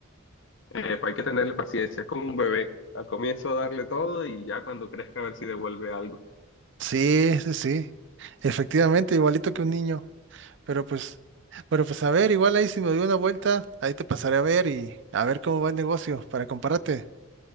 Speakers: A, on the left (about 60°); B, on the right (about 55°).
A: Eh, pues hay que tenerle paciencia, es como un bebé. Al comienzo darle todo y ya cuando crezca a ver si devuelve algo.
B: Sí, sí, sí. Efectivamente, igualito que un niño. Pero pues, pero pues a ver, igual ahí si me doy una vuelta, ahí te pasaré a ver y a ver cómo va el negocio para compararte.